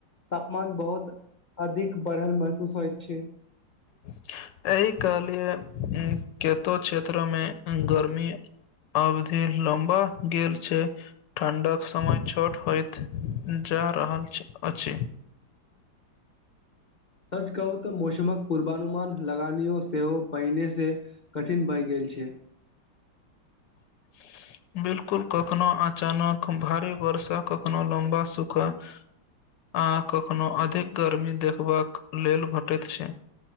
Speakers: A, on the left (about 60°); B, on the left (about 75°).
A: तापमान बहुत अधिक बढ़ल महसूस होइत छै
B: <inaudible> एहि कहलिए केतो क्षेत्रमे गर्मी अवधि लम्बा गेल छै ठण्डाक समय छोट होइत जा जा रहल अछि
A: सच कहू तऽ मौसमक पूर्वानुमान लगानियो सेहो पहिनेसँ कठिन भए गेल छै
B: <inaudible> बिलकुल कखनो अचानक भारी वर्षा कखनो लम्बा सूखा अहाँ कखनोहु अधिक गर्मी देखबाक लेल भेटैत छी